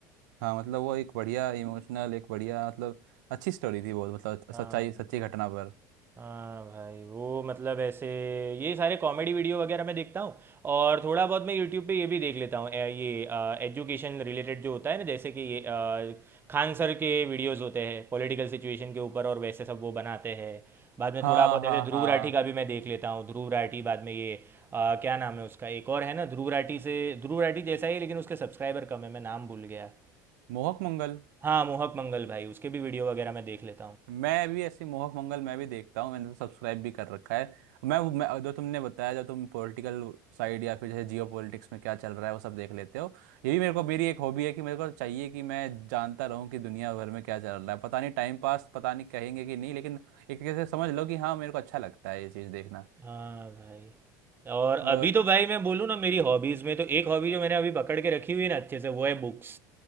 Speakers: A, on the right; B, on the right.
A: हाँ मतलब वो एक बढ़िया इमोशनल एक बढ़िया मतलब अच्छी स्टोरी थी वो मतलब
B: हाँ
A: सच्चाई सच्ची घटना पर
B: हाँ भाई वो मतलब ऐसे ये सारे कॉमेडी वीडियो वगैरह मैं देखता हूँ और थोड़ा बहुत मैं यूट्यूब पे ये भी देख लेता हूँ ए- ये एजुकेशन रिलेटेड जो होता है ना जैसे कि ये अ, खान सर के वीडियोस होते हैं पॉलिटिकल सिचुएशन के ऊपर और वैसे सब वो बनाते हैं बाद में
A: हाँ
B: थोड़ा बहुत ऐसे
A: हाँ
B: ध्रुव
A: हाँ
B: राठी का भी मैं देख लेता हूँ ध्रुव राठी बाद में ये अ, क्या नाम है उसका एक और है ना ध्रुव राठी से ध्रुव राठी जैसा ही है, लेकिन उसके सब्सक्राइबर कम है मैं नाम भूल गया
A: मोहक मंगल
B: हाँ मोहक मंगल भाई उसके भी वीडियो वगैरह मैं देख लेता हूँ
A: मैं भी ऐसी मोहक मंगल मैं भी देखता हूँ मैंने तो सब्सक्राइब भी कर रखा है मैं, मैं जो तुमने बताया जो तुम पॉलिटिकल साइड या फिर जैसे जियो पॉलिटिक्स में क्या चल रहा है वो सब देख लेते हो ये भी मेरे को मेरी एक हॉबी है कि मेरे को चाहिए कि मैं जानता रहूँ कि दुनिया भर में क्या चल रहा है पता नहीं टाइम पास पता नहीं कहेंगे कि नहीं लेकिन एक तरीके से समझ लो कि हाँ मेरे को अच्छा लगता है ये चीज़ देखना
B: हाँ भाई और
A: और
B: अभी तो भाई मैं बोलूँ ना मेरी हॉबीज़ में तो एक हॉबी जो मैंने अभी पकड़ के रखी हुई है ना अच्छे से वो है बुक्स